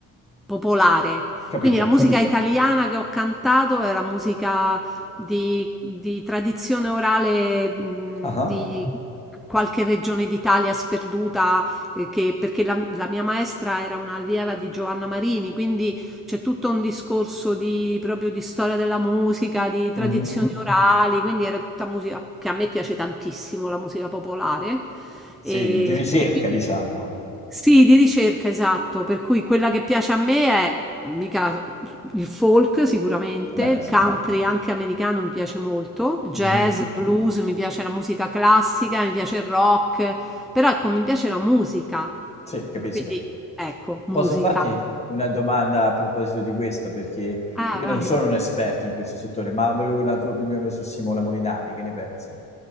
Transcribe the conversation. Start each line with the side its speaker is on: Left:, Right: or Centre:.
Centre: popolare.
Left: capito.
Centre: Quindi la musica capito? italiana che ho cantato era musica di, di tradizione orale, mh,
Left: Ah,
Centre: di qualche regione d'Italia sperduta, eh, che- perché la, la mia maestra era una allieva di Giovanna Marini, quindi c'è tutto un discorso di, proprio di storia della musica, di tradizioni
Left: mhm.
Centre: orali, quindi era tutta musica che a me piace tantissimo, la musica popolare.
Left: Sì,
Centre: E,
Left: di ricerca
Centre: e quindi
Left: diciamo anche.
Centre: sì, di ricerca, esatto, per cui quella che piace a me è mica il folk sicuramente,
Left: Beh,
Centre: il
Left: sì.
Centre: Beh, country anche americano mi piace molto, il jazz,
Left: Mhm.
Centre: blues, mi piace la musica classica, mi piace il rock, però ecco, mi piace la musica.
Left: Sì, capisco.
Centre: Quindi ecco, musica.
Left: Posso farti una domanda a proposito di questo? Perché
Centre: Ah,
Left: io
Centre: vai,
Left: non sono
Centre: vai.
Left: un esperto in questo settore, ma volevo una tua opinione su Simona Molinari, che ne pensi?